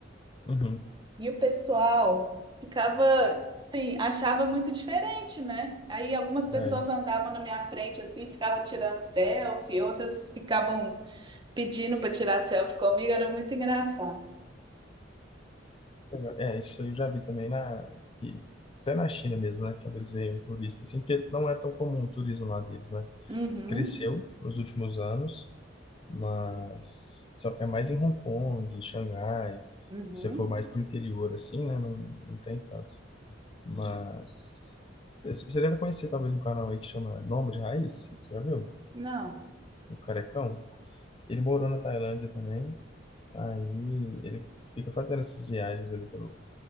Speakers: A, on the left; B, on the right.
A: Uhum.
B: E o pessoal ficava, sim, achava muito diferente, né? Aí algumas pessoas
A: Aí,
B: andavam na minha frente assim, ficavam tirando selfie, outras ficavam pedindo para tirar selfie comigo, era muito engraçado.
A: legal. é, isso aí eu já vi também na, que- até na China mesmo, né? Quando eles veem um turista, assim, porque não é tão comum o turismo lá deles, né?
B: Uhum,
A: Cresceu nos últimos anos, mas só- é mais em Hong Kong, Xangai.
B: uhum.
A: Se você for mais pro interior, assim, né? Não, não tem tanto. Mas você você deve conhecer talvez um canal aí que chama Nômade Raiz, você já viu?
B: Não.
A: O Carecão. Ele morou na Tailândia também, aí ele fica fazendo essas viagens ali pelo,